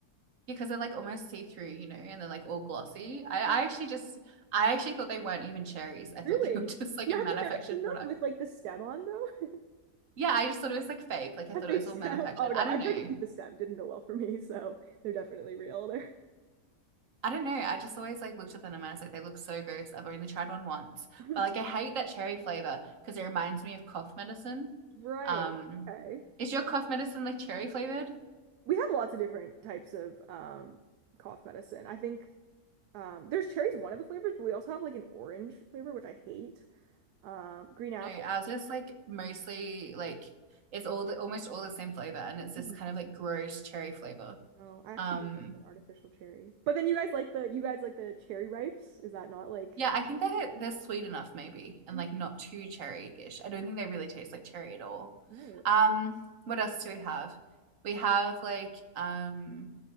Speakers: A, on the right; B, on the right.
A: Because they're like almost see-through, you know, and they're like all glossy. I,
B: Yeah,
A: I actually just I actually thought they weren't even cherries.
B: <laughs>
A: I
B: really?
A: thought they <laughs> were just like
B: Yeah,
A: a manufactured
B: have you never seen them
A: product.
B: with like the stem on though? <laughs>
A: Yeah, I just thought it was like fake. Like I
B: A
A: thought
B: fake
A: it was
B: stem?
A: all manufactured.
B: Oh no,
A: I don't
B: I tried
A: know.
B: to eat the stem, didn't go well for me, <laughs> so they're definitely real. They're
A: I don't know. I just always like looked at them and I was like, they look so gross. I've only tried one once.
B: <laughs>
A: But like I hate that cherry flavor because it reminds me of cough medicine.
B: right.
A: Um,
B: Okay.
A: is your cough medicine like cherry flavored?
B: We have lots of different types of um cough medicine. I think um there's cherry's one of the flavors, but we also have like an orange flavor, which I hate. Um green apple.
A: No, ours is like mostly like it's all the almost all the same flavor and it's this
B: Mhm.
A: kind of like gross cherry flavor.
B: No, I actually
A: Um,
B: do love an artificial cherry. But then you guys like the you guys like the cherry ripes? Is that not like
A: Yeah, I think they're they're sweet enough maybe and
B: Mm,
A: like not too cherry-ish. I don't
B: okay,
A: think they really taste like cherry at all.
B: right.
A: Um, what else do we have? We have like um